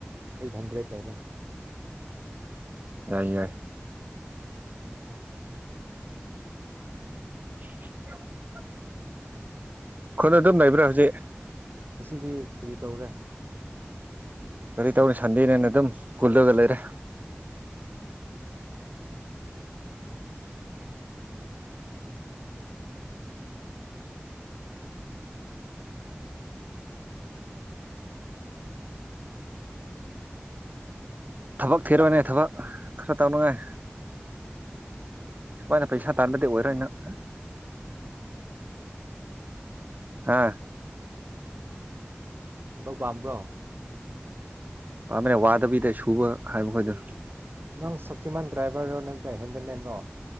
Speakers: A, on the right (about 60°); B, on the right (about 40°).
A: ꯑꯩꯠ ꯍꯟꯗ꯭ꯔꯦꯠ ꯂꯩꯔꯦ
B: ꯌꯥꯏ ꯌꯥꯏ <inaudible> ꯈꯨꯟ ꯑꯗꯨꯝ ꯂꯩꯕ꯭ꯔꯥ ꯍꯧꯖꯤꯛ
A: ꯑꯁꯤꯗꯤ ꯀꯔꯤ ꯇꯧꯔꯦ
B: ꯀꯔꯤ ꯇꯧꯅꯤ ꯁꯟꯗꯦꯅꯤꯅ ꯑꯗꯨꯝ ꯀꯨꯜꯂꯒ ꯂꯩꯔꯦ ꯊꯕꯛ ꯊꯤꯔꯣꯅꯦ ꯊꯕꯛ ꯈꯔ ꯇꯧꯅꯉꯥꯏ ꯁꯨꯃꯥꯏꯅ ꯄꯩꯁꯥ ꯇꯥꯟꯕꯗꯤ ꯑꯣꯏꯔꯣꯏ ꯅꯪ ꯍꯥꯥ
A: ꯊꯕꯛ ꯄꯥꯝꯕ꯭ꯔꯣ
B: ꯅ ꯋꯥꯗꯕꯤꯗ ꯁꯨꯕ ꯍꯥꯏꯕꯈꯣꯏꯗꯣ
A: ꯅꯪ ꯁꯛꯇꯤꯃꯥꯟ ꯗ꯭ꯔꯥꯏꯚꯔꯔꯣ ꯅꯠꯇ꯭ꯔ ꯍꯦꯟꯗꯃꯦꯟꯔꯣ